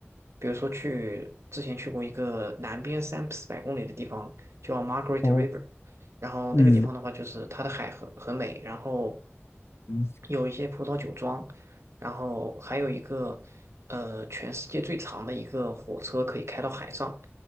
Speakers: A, on the right (about 75°); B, on the left (about 70°).
A: 比如说去之前去过一个南边三四百公里的地方叫 Margaret
B: 哦，
A: River，然后那个地方的话就是它的海很很美，
B: 嗯
A: 然后
B: 嗯
A: 有一些葡萄酒庄，然后还有一个呃全世界最长的一个火车可以开到海上。